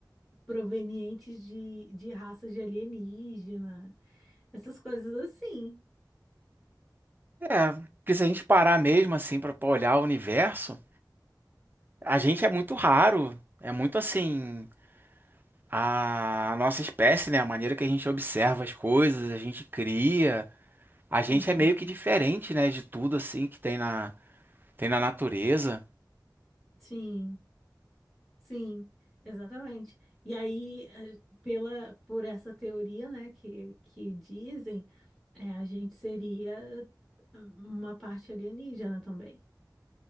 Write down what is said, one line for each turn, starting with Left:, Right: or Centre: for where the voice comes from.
Centre: provenientes de, de raças de alienígena, essas coisas assim.
Right: É, porque se a gente parar mesmo assim para olhar o universo, a gente é muito raro, é muito assim a nossa espécie, né? A maneira que a gente observa as coisas, a gente cria, a gente
Centre: Uhum.
Right: é meio que diferente, né, de tudo assim que tem na Tem na natureza?
Centre: Sim. Sim, exatamente. E aí, eh, pela, por essa teoria, né, que, que dizem, eh, a gente seria uma parte alienígena também.